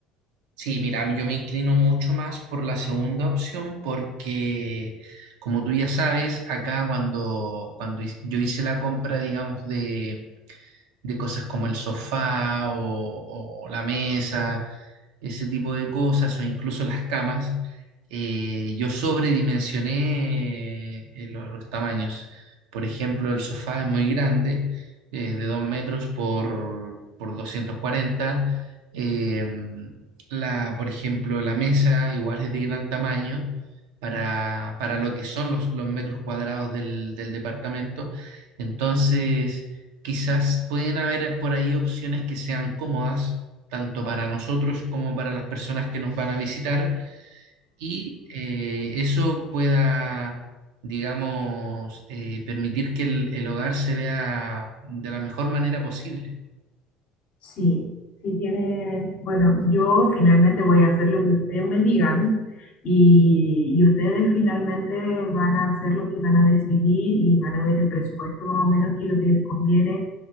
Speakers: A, on the right (about 70°); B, on the left (about 55°).
A: Sí, mira, yo me inclino mucho más por la segunda opción porque, como tú ya sabes, acá cuando, cuando hi- yo hice la compra, digamos, de, de cosas como el sofá o o la mesa, ese tipo de cosas o incluso las camas, eh, yo sobredimensioné eh, lo- los, tamaños. Por ejemplo, el sofá es muy grande, eh, de 2 metros por, por 240. Eh, la, por ejemplo, la mesa igual es de gran tamaño para, para lo que son los, los metros cuadrados del, del departamento. Entonces, quizás pueden haber por ahí opciones que sean cómodas tanto para nosotros como para las personas que nos van a visitar y eh, eso pueda, digamos, eh, permitir que el, el hogar se vea de la mejor manera posible.
B: Sí, sí tiene, bueno, yo finalmente voy a hacer lo que ustedes me digan y, y ustedes finalmente van a hacer lo que van a decidir y van a ver el presupuesto más o menos que lo que les conviene